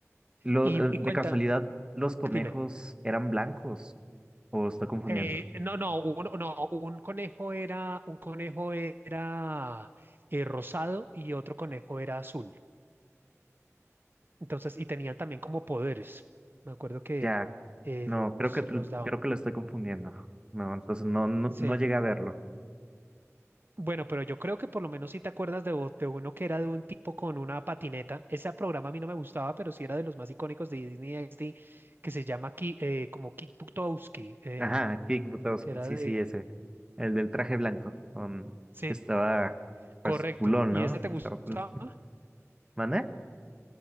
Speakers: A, on the right; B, on the right.
A: Lo,
B: Y,
A: eh,
B: y
A: de
B: cuenta,
A: casualidad, los conejos
B: dime.
A: eran blancos. O estoy confundiendo.
B: Eh, no, no, uno- no, un conejo era, un conejo era eh, rosado y otro conejo era azul. Entonces, y tenían también como poderes. Me acuerdo que
A: Ya,
B: eh,
A: no,
B: los,
A: creo que te-
B: los daban.
A: creo que lo estoy confundiendo. No, entonces no, no,
B: Sí.
A: no llegué a verlo.
B: Bueno, pero yo creo que por lo menos si te acuerdas de, o- de uno que era de un tipo con una patineta. Ese programa a mí no me gustaba, pero sí era de los más icónicos de Disney XD, que se llama Ki- eh, como Kick Butowski, eh,
A: Ajá, Kick Butowski,
B: que era
A: sí,
B: de...
A: sí, ese. El del traje blanco. Con
B: Sí,
A: que estaba pues
B: correcto.
A: culón,
B: ¿Y
A: ¿no?
B: ese te
A: Estaba
B: gustaba?
A: cool. ¿Mané?